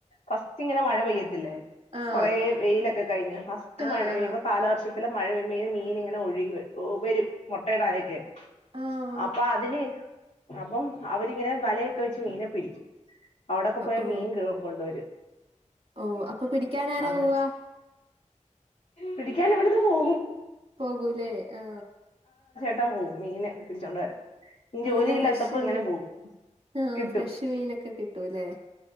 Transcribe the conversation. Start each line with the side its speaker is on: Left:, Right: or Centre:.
Left: ഫസ്റ്റ് ഇങ്ങനെ മഴ പെയ്യത്തില്ലേ?
Right: ആഹ്
Left: കൊറെേ വെയിലൊക്കെ കഴിഞ്ഞ് ഫസ്റ്റ്
Right: ആഹ്
Left: മഴ പെയ്യുമ്പോ
Right: ആഹ്
Left: കാലവർഷ മഴപെയ്യുമ്പോ മീന് ഇങ്ങനെ ഒഴുകി വര ഒ വരും മൊട്ടയിടാനൊക്കെ
Right: ആഹ് ആഹ്
Left: അപ്പാ അതിന് അപ്പം അവരിങ്ങനെ വലയൊക്കെ വെച്ച് മീനെ പിടിക്കും അവിടൊക്കെ പോയാ
Right: ഓ ആ, ഓ
Left: മീൻ ക് കൊണ്ടുവരും.
Right: ഓ അപ്പൊ പിടിക്കാനാരാ
Left: അങ്ങ
Right: പോവാ
Left: പിടിക്കാൻ ഇവിടുന്ന് <unintelligible>
Right: പോകൂലേ ആ
Left: ക്കാ പോവും. മീനെ പിടിച്ചോണ്ട് വരും. ജോലിയില്ലാത്തപ്പോ
Right: നല്ല ഫ്രഷ്
Left: ഇങ്ങനെ
Right: മീൻ
Left: പോകും
Right: ആഹ്
Left: കിട്ടും
Right: ഫ്രഷ് മീനൊക്കെ കിട്ടൂല്ലേ